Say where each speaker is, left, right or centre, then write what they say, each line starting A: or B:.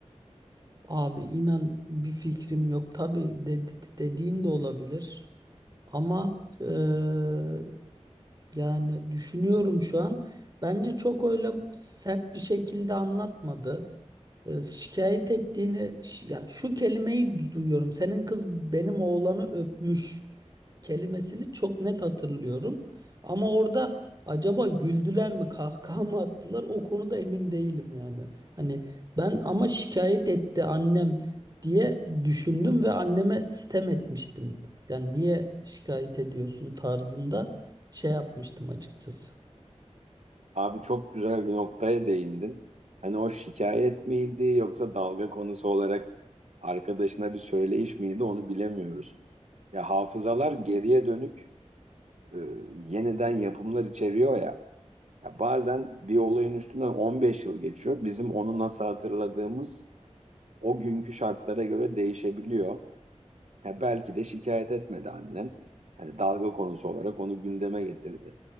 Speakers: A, on the right; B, on the right.
A: Abi inan bir fikrim yok. Tabii dedi, dediğin de olabilir. Ama eee, Yani düşünüyorum şu an. Bence çok öyle sert bir şekilde anlatmadı. Ee, şikayet ettiğini ş- ya şu kelimeyi duyuyorum. Senin kız benim oğlanı öpmüş kelimesini çok net hatırlıyorum. Ama orada acaba güldüler mi, kahkaha mı attılar? O konuda emin değilim yani. Hani ben ama şikayet etti annem diye düşündüm ve anneme sitem etmiştim. Yani niye şikayet ediyorsun tarzında şey yapmıştım açıkçası.
B: Abi çok güzel bir noktaya değindin. Hani o şikayet miydi yoksa dalga konusu olarak arkadaşına bir söyleyiş miydi onu bilemiyoruz. Ya hafızalar geriye dönük e, yeniden yapımlar içeriyor ya. Ya bazen bir olayın üstünden 15 yıl geçiyor. Bizim onu nasıl hatırladığımız o günkü şartlara göre değişebiliyor. Ya belki de şikayet etmedi annen. Hani dalga konusu olarak onu gündeme getirdi.